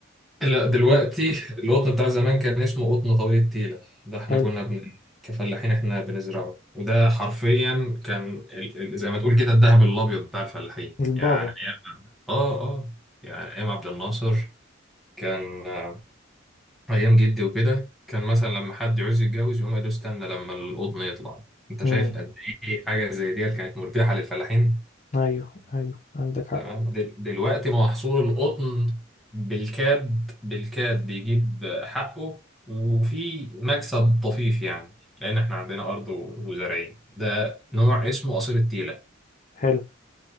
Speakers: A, in the centre; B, on the left.
A: لا دلوقتي
B: له
A: القطن بتاع زمان كان اسمه قطن طويل التيلة ده احنا
B: حلو
A: كنا بن... كفلاحين احنا بنزرعه وده حرفيا كان ال... ال... زي ما تقول كده الذهب الابيض بتاع الفلاحين
B: البابا
A: يعني ايام اه اه يعني ايام عبد الناصر كان آه، ايام جدي وكده كان مثلا لما حد يعوز يتجوز يقوم قال له استنى لما القطن يطلع انت
B: امم
A: شايف قد ايه حاجه زي ديت كانت مربحه للفلاحين
B: ايوه ايوه عندك حق
A: تمام دل- دلوقتي محصول القطن بالكاد بالكاد بيجيب حقه وفي مكسب طفيف يعني لأن احنا عندنا أرض و- وزارعين ده نوع اسمه قصير التيلة
B: حلو